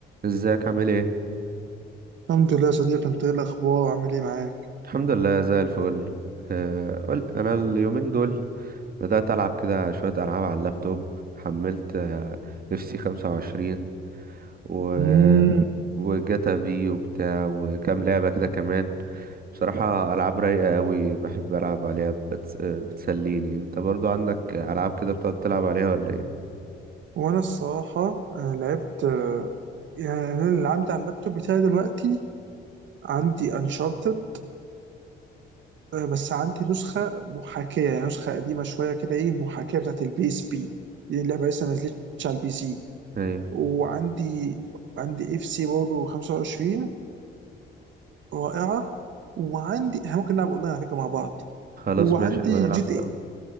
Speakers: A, on the right; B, on the right.
A: ازيك عامل ايه
B: الحمد لله يا صديقي انت ايه الاخبار وعامل ايه معاك
A: الحمد لله زي الفل آه، قول انا اليومين دول بدأت العب كده شوية العاب على اللابتوب حملت اف سي 25 و
B: مم.
A: وجاتا في وبتاع وكام لعبة كده كمان بصراحة العاب رايقة قوي بحب العب عليها بتس... آه، بتسليني انت برضو عندك العاب كده بتقعد تلعب عليها ولا ايه
B: وانا الصراحه انا لعبت آه، يعني انا اللي عندي على اللابتوب بتاعي دلوقتي عندي انشارتد بس عندي نسخه محاكيه يعني نسخه قديمه شويه كده ايه محاكيه بتاعت البيس بي دي اللعبه لسه ما نزلتش على البي سي
A: ايوه
B: وعندي عندي اف سي برضه 25 رائعه وعندي احنا ممكن نلعب اونلاين على فكره مع بعض
A: خلاص
B: وعندي
A: ماشي نبقى نلعب
B: جي تي
A: سوا
B: اي